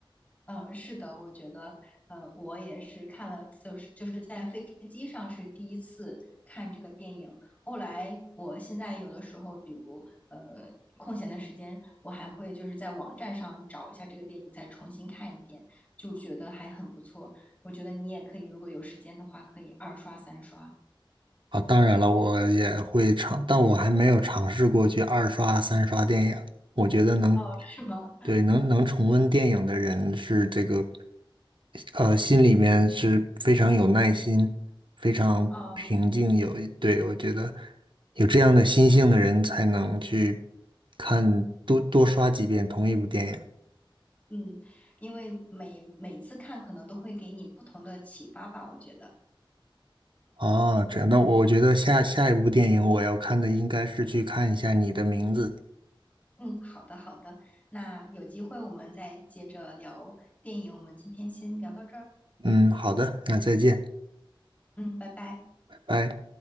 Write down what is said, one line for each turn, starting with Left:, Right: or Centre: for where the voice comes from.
Left: 嗯，是的，我觉得，呃，我也是看了，就是就是在飞机上是第一次看这个电影。后来，我现在有的时候，比如呃空闲的时间，我还会就是在网站上找一下这个电影，再重新看一遍，就觉得还很不错。我觉得你也可以，如果有时间的话，可以二刷三刷。
Right: 啊，当然了，我也会尝，但我还没有尝试过去二刷、三刷电影。我觉得能，
Left: 哦，是吗？
Right: 对，能能重温电影的人是这个，呃，心里面是非常有耐心、非常平静。
Left: <laughs> 哦，
Right: 有，对，我觉得有这样的心性的人才能去看多多刷几遍同一部电影。
Left: 嗯，因为每每一次看可能都会给你不同的启发吧，我觉得。
Right: 哦，这样，那我觉得下下一部电影我要看的应该是去看一下你的名字。
Left: 嗯，好的好的，那有机会我们再接着聊电影，我们今天先聊到这儿，
Right: 嗯，好的，那再见，
Left: 嗯，拜拜。
Right: 拜拜。